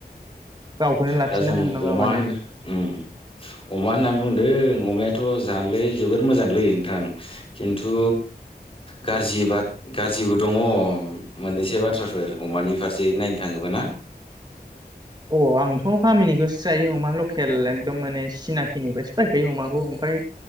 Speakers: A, on the right; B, on the left.
A: गावखौनो लाखिनो
B: दा जों
A: हानाय नङा
B: अमा
A: माने
B: होनना उम अमा होनना बुंदों अमायाथ' जानोलै जोबोर मोजांलै नोंथां खिन्थु गाज्रिबा गाज्रिबो दङ मोननैसो बाथ्राफोर अमानि फारसे नायनो थाङोबा ना?
A: अ आंथ' गामिनिखौसो जायो अमा लकेल एकदम माने सिनाखिनिफ्राय बायखायो अमाखौ ओमफाय